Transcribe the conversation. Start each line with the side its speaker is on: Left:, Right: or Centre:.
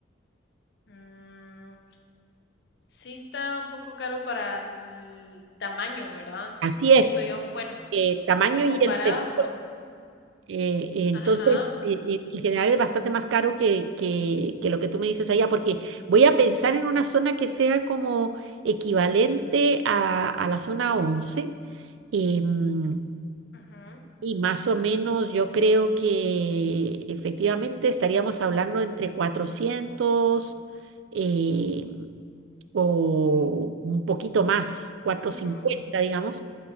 Left: Mm, sí está un poco caro para el tamaño, ¿verdad?
Right: Así
Left: Siento
Right: es,
Left: yo. Bueno,
Right: eh, tamaño
Left: a comparado
Right: y el sector.
Left: con...
Right: entonces,
Left: Ajá.
Right: eh, eh, en general es bastante más caro que, que, que lo que tú me dices allá, porque voy a pensar en una zona que sea como equivalente a, a la zona once em,
Left: ujú,
Right: Y más o menos yo creo que efectivamente estaríamos hablando entre cuatrocientos eh, o un poquito más, cuatrocientos
Left: ujú.
Right: cincuenta digamos.